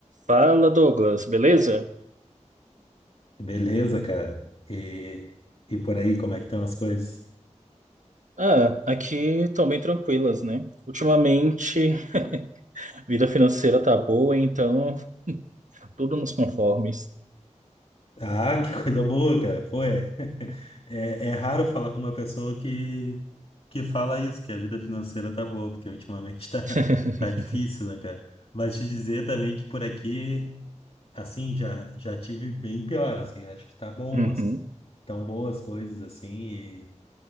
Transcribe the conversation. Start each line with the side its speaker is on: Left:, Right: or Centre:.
Right: Fala, Douglas, beleza?
Left: Beleza, cara. E, e por aí, como é que estão as coisas?
Right: Ah, aqui estão bem tranquilas, né? Ultimamente, a vida financeira tá boa, então <laughs> tudo nos conformes.
Left: Ah, <laughs> que coisa boa, cara. Pô, é, <laughs> é, é raro falar com uma pessoa que, que fala isso, que a vida financeira tá boa, porque ultimamente <laughs> tá,
Right: <laughs>
Left: tá difícil, né, cara? Mas te dizer também que por aqui, assim, já, já tive bem pior, assim. Acho que tá bom,
Right: Uhum,
Left: as, tão boas coisas, assim, e